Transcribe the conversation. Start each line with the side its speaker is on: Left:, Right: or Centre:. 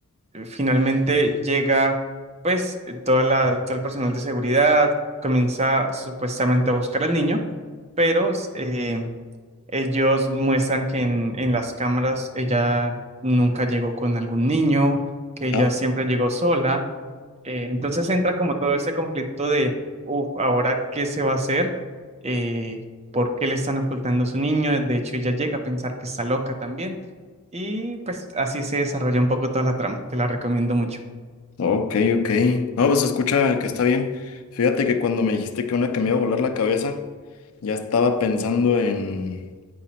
Right: finalmente llega, pues, toda la, todo el personal de seguridad comienza supuestamente a buscar al niño, pero... eh, ellos muestran que en, en las cámaras ella nunca llegó con algún niño, que ella
Left: ¿Ah?
Right: siempre llegó sola. Eh, entonces entra como todo ese conflicto de, uff, ¿ahora qué se va a hacer? Eh, ¿por qué le están ocultando a su niño? De hecho, ella llega a pensar que está loca también. Y pues así se desarrolla un poco toda la trama. Te la recomiendo mucho.
Left: Ok, ok. No, pues se escucha que está bien. Fíjate que cuando me dijiste que una que me iba a volar la cabeza, ya estaba pensando en